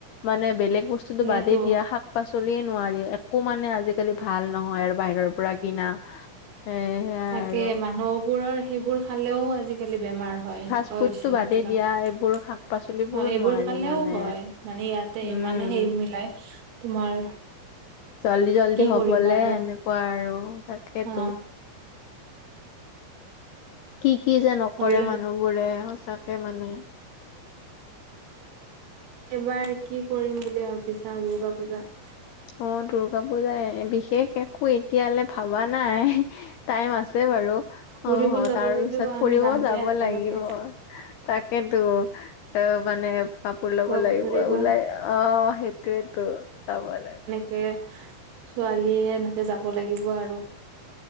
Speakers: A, on the left; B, on the right.
A: মানে বেলেগ বস্তুতটো
B: সেইটো
A: বাদেই দিয়া, শাক পাচলিয়ে নোৱাৰি, একো মানে আজিকালি ভাল নহয় আৰু বাহিৰৰ পৰা কিনা। এ সেয়াই
B: তাকে
A: আৰু
B: মানুহবোৰৰ সেইবোৰ খালেও, আজিকালি বেমাৰ। হয় এনেকুৱা
A: ফাষ্ট ফুডটো
B: হৈছে
A: বাদেই
B: এতিয়া। অ,
A: দিয়া এইবোৰ শাক পাচলিবোৰো
B: এইবোৰ
A: নোৱাৰি
B: খালেও
A: মানে
B: হয়। মানে ইয়াতে
A: উম
B: ইমানে হেৰি মিলাই তোমাৰ
A: জলদি, জলদি
B: কি
A: হ'বলে
B: কৰিবা আৰু
A: এনেকুৱা আৰু তাকেতো
B: অ,
A: কি কি যে নকৰে,
B: হ'লে
A: মানুহবোৰে সঁচাকে মানে।
B: এইবাৰ কি কৰিম বুলি ভাবিছা, দুৰ্গা পূজাত?
A: অ, দুৰ্গা পূজাত বিশেষ একো এতিয়ালৈ ভবা নাই। টাইম আছে বাৰু। অ,
B: ফুৰিব
A: অ,
B: যাব
A: তাৰ
B: লাগিব
A: পিছত
B: আমি
A: ফুৰিব
B: যাম
A: যাব
B: দিয়া একেলগে
A: লাগিব। তাকেতো অ, মানে কাপোৰ ল'ব
B: লগ
A: লাগিব
B: ধৰিবা
A: ওলাই অ, সেইটোৱেইটো চাবলে।
B: তে, ছোৱালীয়ে এনেকে যাব লাগিব আৰু।